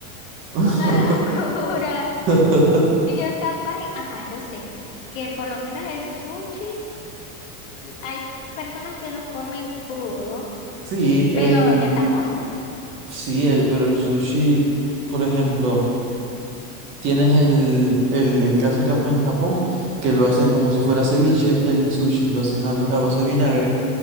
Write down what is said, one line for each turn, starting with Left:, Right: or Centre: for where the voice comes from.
Right: ugh.
Left: una <laughs> locura.
Right: <laughs>
Left: Y yo capaz, ajá, yo sé que por lo menos el sushi, hay personas que los comen crudo,
Right: Sí, el,
Left: pero ya está muerto.
Right: sí, el, pero el sushi, por ejemplo. Tienes el, el en casa en, Jap- en Japón, que lo hacen como si fuera ceviche, el sushi lo hacen a, vi- a base de vinagre,